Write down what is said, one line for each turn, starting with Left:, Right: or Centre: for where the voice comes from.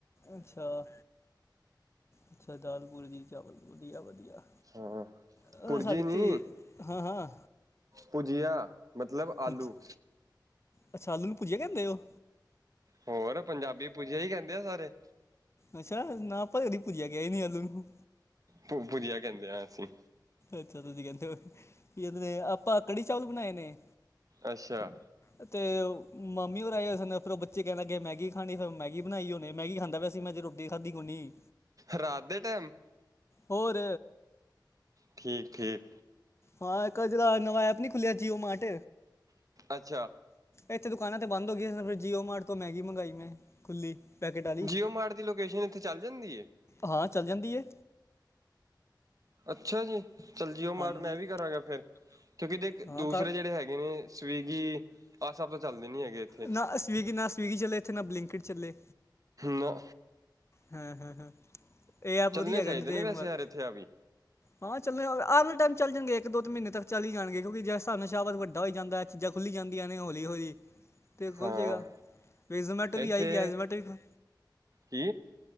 Left: ਅੱਛਾ- ਅੱਛਾ ਦਾਲ -ਪੂੜੀ ਤੇ ਚਾਵਲ ਵਧੀਆ- ਵਧੀਆ।
Right: ਹਾਂ
Left: ਅ
Right: ਪੁਰਜੀ
Left: ਸਾਡੇ
Right: ਨੀ
Left: ਤੇ ਹਾਂ- ਹਾਂ।
Right: ਭੁਜੀਆ। ਮਤਲਬ
Left: ਪੁੱਜ
Right: ਆਲੂ
Left: ਅੱਛਾ। ਆਲੂ ਨੂੰ ਪੁੱਜਿਆ ਕਹਿੰਦੇ ਉਹ।
Right: ਹੋਰ ਪੰਜਾਬੀ ਪੁੂਜਿਆ ਹੀ ਕਹਿੰਦੇ ਆ ਸਾਰੇ।
Left: ਅੱਛਾ ਨਾ ਆਪਾਂ ਕਦੀ ਪੁੱਜਿਆ ਕਿਹਾ ਨੀ ਆਲੂ ਨੂੰ।
Right: ਭ ਭੁਜਿਆ ਕਹਿੰਦੇ ਹ ਅਸੀਂ।
Left: ਅੱਛਾ। ਤੁਸੀਂ ਕਹਿੰਦੇ ਹੋ, ਕੀ ਕਹਿੰਦੇ ਨੇ। ਆਪਾਂ ਕੜੀ -ਚਾਵਲ ਬਣਾਏ ਨੇ।
Right: ਅੱਛਾ।
Left: ਅਤੇ ਮੰਮੀ ਹੋਰ ਆਏ ਨੇ ਫਿਰ ਉਹ ਬੱਚੇ ਕਹਿੰਦਾੱਗੇ ਮੈਗੀ ਖਾਣੀ ਫਿਰ ਮੈਗੀ ਬਣਾਈ ਹੋੇ ਮੈਗੀ ਖਾਂਦਾ ਵੈਸੇ ਮੈਂ ਜੇ। ਦੇ ਖਾਦੀ ਕੋਨੀ।
Right: ਰਾਤ ਦੇ ਟਾਈਮ।
Left: ਹੋਰ
Right: ਠੀਕ -ਠੀਕ।
Left: ਹਾਂ। ਇੱਕ ਜ ਨਵਾਂ ਐਪ ਨੀ ਖੁਲਿਆ ਜੀਓ ਮਾਟ।
Right: ਅੱਛਾ।
Left: ਇੱਥੇ ਦੁਕਾਨਾਂ ਤੇ ਬੰਦ ਹੋ ਗਈਆਂ। ਫਿਰ ਜੀਓ ਮਾਰਟ ਤੋਂ ਮੈਗੀ ਮੰਗਾਈ ਮੈਂ ਖੁੱਲੀ। ਪੈਕੇਟ ਵਾਲੀ
Right: ਜੀਓ ਮਾਰਟ ਦੀ ਲੋਕੇਸ਼ਨ ਇੱਥੇ ਚੱਲ ਜਾਂਦੀ ਹੈ।
Left: ਹਾਂ। ਚੱਲ ਜਾਂਦੀ ਹੈ।
Right: ਅੱਛਾ ਜੀ। ਚੱਲ ਜੀਓ
Left: ਹਾਂਜੀ
Right: ਮਾਟ ਮੈਂ ਵੀ ਕਰਾਂਗਾ ਫੇਰ, ਕਿਉਂਕਿ ਦੇ
Left: ਹਾਂ
Right: ਦੂਸਰੇ
Left: ਕਰ
Right: ਜਿਹੜੇ ਹੈਗੇ ਨੇ। ਸਵੀਗੀ ਆਹ ਸਭ ਤਾਂ ਚੱਲਦੇ ਨੀ ਹੈਗੇ। ਇੱਥੇ
Left: ਨਾ ਸਵੀਗੀ, ਨਾ ਸਵੀਗੀ ਚੱਲੇ ਇੱਥੇ ਨਾ ਬਲਿੰਕਟ ਚੱਲੇ।
Right: ਨੌ।
Left: ਹਾਂ- ਹਾਂ- ਹਾਂ ਇਹ ਐਪ
Right: ਚੱਲਣੇ
Left: ਵਧੀਆ
Right: ਚਾਹੀਦੇ
Left: ਹੇਗਾ ਤੇ
Right: ਨੇ ਵੈਸੇ
Left: ਗੱਲ।
Right: ਯਾਰ ਇੱਥੇ ਆ ਵੀ
Left: ਹਾਂ। ਚੱਲ ਆਰ ਵਾਲੇ ਟਾਈਮ ਚੱਲ ਜਾਂਣਗੇ ਇੱਕ -ਦੋ ਤ ਮਹੀਨੇ ਤੱਕ ਚੱਲ ਹੀ ਜਾਣਗੇ। ਕਿਉਂਕਿ ਜੇ। ਧਰਨ ਸ਼ਬਤ ਵੱਡਾ ਹੋਈ ਜਾਂਦਾ। ਚੀਜ਼ਾਂ ਖੁੱਲੀ ਜਾਂਦੀਆਂ ਨੇ ਹੌਲੀ- ਹੌਲੀ। ਅਤੇ ਖੋਲ੍ਹ
Right: ਹਾਂ
Left: ਜੇਗਾ ਵੀ। ਜ਼ੋਮੈਟੋ ਵੀ
Right: ਇੱਥੇ
Left: ਆ ਹੀ ਗਿਆ ਜ਼ੋਮੈਟੋ ਵੀ ਖੋਲ।
Right: ਕੀ।